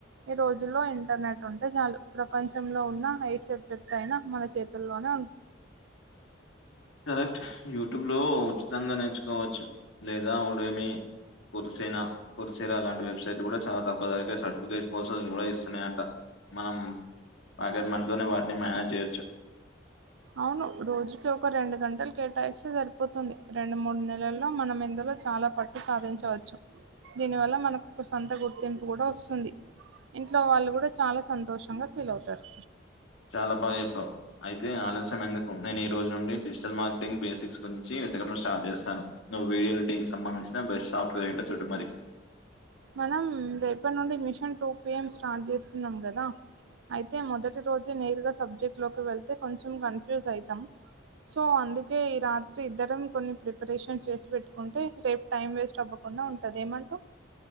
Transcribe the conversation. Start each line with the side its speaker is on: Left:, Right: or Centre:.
Right: ఈ రోజుల్లో ఇంటర్నెట్ ఉంటే చాలు ప్రపంచంలో ఉన్న ఏ సబ్జెక్ట్ అయినా మన చేతుల్లో <inaudible>
Left: కరెక్ట్ యూట్యూబ్ లో ఉచితంగా నేర్చుకోవచ్చు లేదా వోడేమి కురుసేనా పురుసేనా లాంటి వెబ్సైట్లు కూడా చాలా తక్కువ ధరకే సర్టిఫికేట్ పోస్లర్స్ కూడా ఇస్తున్నాయంట మనం ప్యాకెట్ మనితోనే వాటిని మేనేజ్ చేయొచ్చు
Right: అవును రోజుకి ఒక రెండు గంటలు కేటాయిస్తే సరిపోతుంది, రెండు మూడు నెలల్లో మనం ఎందు లో చాలా పట్టు సాధించవచ్చు దీని వల్ల మనకు సొంత గుర్తింపు కూడా వస్తుంది. ఇంట్లో వాళ్ళు కూడా చాలా సంతోషంగా ఫీల్ అవుతారు
Left: చాలా బాగా చెప్పావు అయితే ఆలస్యం ఎందుకు నేను ఈ రోజు నుండి డిజిటల్ మార్కెటింగ్ బేసిక్స్ గురించి తకడం స్టార్ట్ చేస్తాను నువ్వువిడియో ఎడిటింగ్ సంబంధించిన బెస్ట్ సాఫ్ట్వేర్ ఎంటో చుడు మరి
Right: మనం రేపటి నుండి మిషన్ టూ పిఎం స్టార్ట్ చేస్తున్నాం కదా అయితే మొదటి రోజు నేరుగా సబ్జెక్ట్ లోకి వెళ్తే కొంచెం కన్ఫ్యూజ్ ఐతాం సో అందుకే ఈ రాత్రి ఇద్దరం కొన్ని ప్రిపరేషన్స్ చేసి పెట్టుకుంటే రేపు టైం వేస్ట్ అవ్వకు కుండా ఉంటది ఏమంటవ్